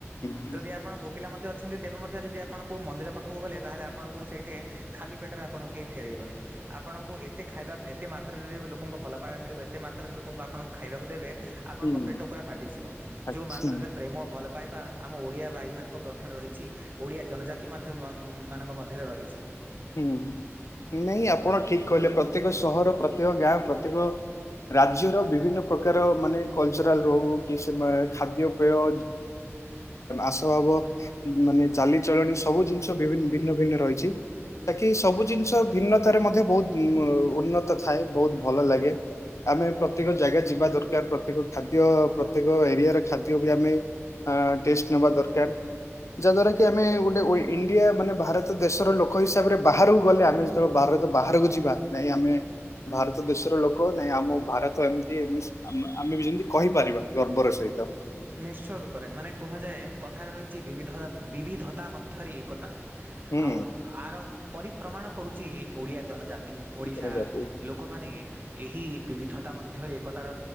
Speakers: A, on the left (about 80°); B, on the right (about 40°).
A: ହୁଁ
B: ଯଦି ଆପଣ ଭୋ ଭୋକିଲା ମଧ୍ୟ ଅଛନ୍ତି ତେବେ ମଧ୍ୟ ଯେଦି ଆପଣ କେଉଁ ମନ୍ଦିର ପାଖକୁ ଗଲେ ତାହେଲେ ଆପଣଙ୍କୁ ସେଇଠି ଖାଲି ପେଟରେ ଆପଣଙ୍କୁ କେହି ଫେରଇବନି ଆପ ଆପଣଙ୍କୁ ଏତେ ଖାଇବା ଏତେ ମାତ୍ରାରେ ଲୋକଙ୍କୁ ଭଲ ପାଇବା ମିଳିବ ଏତେ ମାତ୍ରାରେ ଲୋକଙ୍କୁ ଆପଣଙ୍କୁ ଖାଇବାକୁ ଦେବେ ଆପଣଙ୍କ
A: ହୁଁ ହୁଁ,
B: ପେଟ ପୁର ଫାଟିଯିବ
A: ହୁଁ,
B: ଯୋଉ ମାତ୍ରାରେ ପ୍ରେମ ଭଲ ପାଇବା ଆମ ଓଡ଼ିଆ ଭାଇମାନଙ୍କ ବନ୍ଧରେ ରହିଛି। ଓଡ଼ିଆ ଜନଜାତି ମଧ୍ୟ ମା ମାନଙ୍କ ମଧ୍ୟରେ ରହିଚି।
A: ହୁଁ ନାଇଁ ଆପଣ ଠିକ କହିଲେ ପ୍ରତ୍ୟେକ ସହର ପ୍ରତ୍ୟେକ ଗାଁ ପ୍ରତ୍ୟେକ ରାଜ୍ୟର ବିଭିନ୍ନ ପ୍ରକାର ମାନେ କଲଚରାଲ ରହୁ କି ସେ ଖାଦ୍ୟପେୟ ଆସଭାବ ମାନେ ଚାଲିଚଳଣି ସବୁ ଜିନିଷ ବିଭିନ୍ନ ଭିନ୍ନ ଭିନ୍ନ ରହିଛି। ତାକି ସବୁ ଜିନିଷ ଭିନ୍ନତାରେ ମଧ୍ୟ ବହୁତ ଉ ଉନ୍ନତ ଥାଏ, ବହୁତ ଭଲ ଲାଗେ। ଆମେ ପ୍ରତ୍ୟେକ ଜାଗା ଯିବା ଦରକାର। ପ୍ରତ୍ୟେକ ଖାଦ୍ୟ ପ୍ରତ୍ୟେକ ଏରିଆ ର ଖାଦ୍ୟ ବି ଆମେ ଟେଷ୍ଟ ନେବା ଦରକାର୍। ଯାହାଦ୍ୱାରା କି ଆମେ ଗୋଟେ ଇଣ୍ଡିଆ ମାନେ ଭାରତ ଦେଶର ଲୋକ। ଲୋକ ହିସାବରେ ବାହାରକୁ ଗଲେ ଆମେ ଯେତେବେଳେ ବାହାର ବାହାରକୁ ଯିବା, ନାଇଁ ଆମେ ଭାରତ ଦେଶର ଲୋକ, ନାଇଁ ଆମ ଭାରତ ଏମିତି ଏମତି ଆମେ ବି ଯେମିତି କହିପାରିବା ଗର୍ବର ସହିତ।
B: ନିଶ୍ଚୟ ରୂପରେ ମାନେ କୁହାଯାଏ କଥାରେ ରହିଛିି ବିବିଧା ବିବିଧତା ମଧ୍ୟରେ ଏକତା।
A: ହୁଁ
B: ଆଉ ଆର ପରିପ୍ରମାଣ କରୁଛି ଏଇ ଓଡ଼ିଆ ଜନଜାତି। ଓଡ଼ିଶା
A: ଧନ୍ୟ ଜାତି।
B: ଲୋକମାନେ ଏହି ବିବିଧତା ମଧ୍ୟରେ ଏକତାର